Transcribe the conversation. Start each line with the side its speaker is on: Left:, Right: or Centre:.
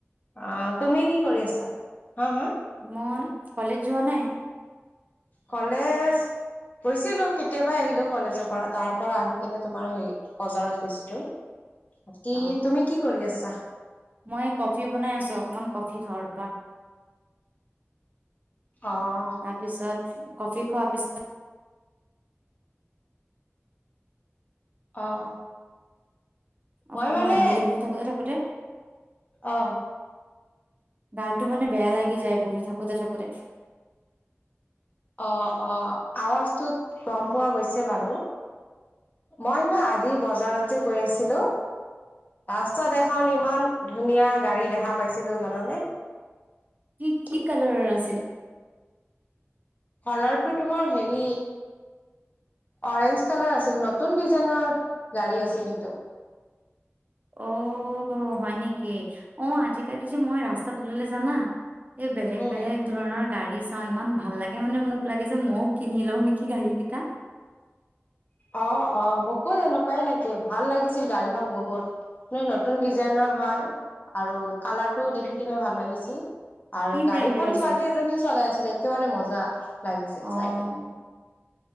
Left: অ' তুমি কি কৰি আছা? হা - হা?
Right: মোৰ কলেজ যোৱা নাই।
Left: কলেজ গৈছিলোঁ। কেতিয়াবাই আহিলোঁ কলেজৰ পৰা। তাৰপৰা আহি কিনে তোমাৰ হেৰি বজাৰত গৈছিলোঁ। বাকী,
Right: অ
Left: তুমি কি কৰি আছা?
Right: মই কফি বনাই আছোঁ অকমান। কফি খাওঁ ৰবা।
Left: অ',
Right: তাৰ পিছত কফি খোৱা পিছত
Left: অ'। মই
Right: অকমান
Left: মানে
Right: বুলি বহি থাকোঁতে - থাকোঁতে
Left: অ',
Right: গাটো মানে বেয়া লাগি যায়, বহি থাকোঁতে - থাকোঁতে।
Left: অ' - অ', আৱাজটোত গম পোৱা গৈছে বাৰু। মই নো আজি বজাৰত যে গৈ আছিলোঁ ৰাস্তাত এখন ইমান ধুনীয়া গাড়ী দেখা পাইছিলোঁ, জানানে?
Right: কি- কি কালাৰৰ আছিল?
Left: কলাৰটো তোমাৰ হেৰি অৰেঞ্জ কালাৰ আছিল। নতুন ডিজাইনৰ গাড়ী আছিল সেইটো।
Right: অ' হয় নেকি? অ' আজিকালি যে মই ৰাস্তাত ওলালে জানা এই বেলেগ
Left: উম
Right: - বেলেগ ধৰণৰ গাড়ী চাওঁ। ইমান ভাল লাগে মানে। মোক লাগে যে, মইয়ো কিনি লওঁ নেকি গাড়ীকেইটা।
Left: অ' - অ', মোকো এনেকুৱাই লাগে। ভাল লাগিছিল গাড়ীখন বহুত। ম নতুন ডিজাইনৰ হয় আৰু কালাৰটো দেখিকেনে ভাল লাগিছি। আৰু
Right: কি ব্ৰেণ্ডৰ
Left: গাড়ীখন
Right: আছিল
Left: ছোৱালী এজনী চলাই আছিলে। একেবাৰে মজা লাগিছিল,
Right: অ
Left: চাই কিনে।